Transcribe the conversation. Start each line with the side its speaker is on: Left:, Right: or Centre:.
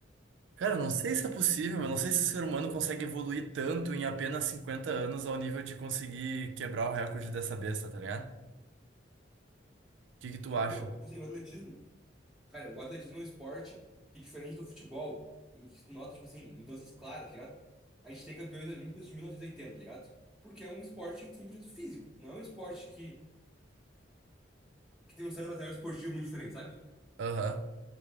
Right: cara, eu não sei se é possível, eu não sei se o ser humano consegue evoluir tanto em apenas 50 anos ao nível de conseguir quebrar o recorde dessa besta, tá ligado? O que que tu
Centre: É que,
Right: acha?
Centre: meu, tipo assim, o atletismo. Cara, o atletismo é um esporte que, diferente do futebol, em que tu nota, tipo assim, mudanças claras, tá ligado? A gente tem campeões olímpicos de 1980, ligado? Porque é um esporte 100% físico. Não é um esporte que, que tem um certo material esportivo muito diferente, sabe?
Right: Aham,